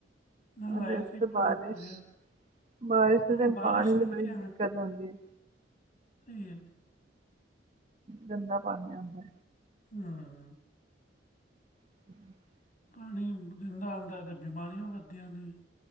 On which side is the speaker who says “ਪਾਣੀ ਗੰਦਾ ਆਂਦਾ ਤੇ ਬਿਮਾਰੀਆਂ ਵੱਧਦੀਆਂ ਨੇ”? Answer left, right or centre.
Left